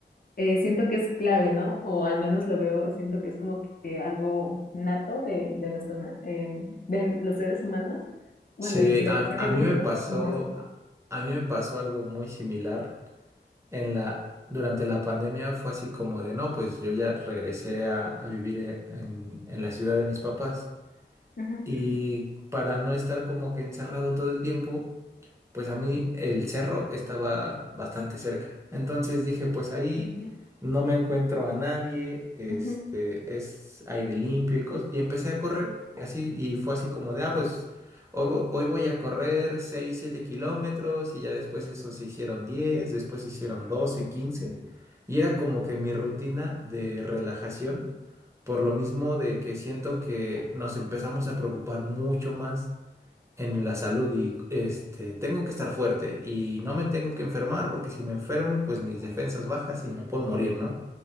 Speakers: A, on the left; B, on the right.
A: eh, siento que es clave, ¿no? O al menos lo veo, siento que es como que, algo nato de, de, nuestra na- em, de los seres humanos, bueno,
B: Sí,
A: y de
B: a,
A: los seres
B: a mí
A: vivos,
B: me pasó,
A: como eso.
B: a mí me pasó algo muy similar en la, durante la pandemia fue así como de, no, pues yo ya regresé a, a vivir eh, en, en la ciudad de mis papás
A: Ajá.
B: y para no estar como que encerrado todo el tiempo, pues a mí el cerro estaba bastante cerca. Entonces dije, pues ahí
A: Ok.
B: no me encuentro a nadie, este,
A: Ujú.
B: es aire limpio y cosas. Y empecé a correr,
A: Sí,
B: y así, y fue así como de, ah, pues hoy, vo- hoy voy a correr 6 7 kilómetros, y ya después eso se hicieron diez después se hicieron doce
A: ajá.
B: quince Y era como que mi rutina de relajación, por lo mismo de que siento
A: Sí.
B: que nos empezamos a preocupar mucho más en la salud y este, tengo que estar fuerte y no me tengo que enfermar porque si me enfermo, pues mis defensas bajas y me puedo morir, ¿no?